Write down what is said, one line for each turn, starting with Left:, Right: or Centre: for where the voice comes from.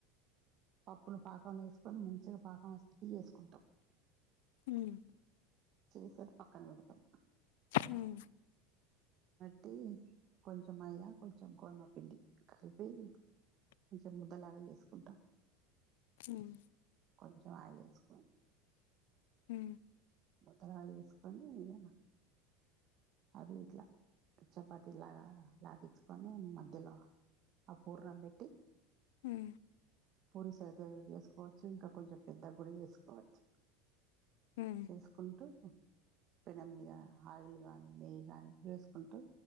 Right: పప్పును పాకంలేసుకొని మంచిగా పాకం వస్తే టీ చేసుకుంటాం
Left: మ్మ్
Right: చేసి అది పక్కన పెడతాం
Left: మ్
Right: ట్టి కొంచెం మైదా కొంచెం గోధుమ పిండి కలిపి కొంచం ముద్దలాగా చేసుకుంటాం
Left: మ్మ్.
Right: కొంచెం ఆయిలేసుకోని
Left: మ్
Right: ముద్దు లా చేసుకొని ఇక అదివి ఇట్లా చపాతి లాగా లాటిచుకొని మధ్యలో ఆ పూర్ణం పెట్టి
Left: మ్
Right: పూరి సైత చేసుకోవచ్చు ఇంకా కొంచెం పెద్ద గుడచేసుకోవచ్చు
Left: మ్మ్.
Right: చేసుకుంటూ పెనెం మీద ఆయిల్ గాని నెయ్యి గాని వేసుకుంటూ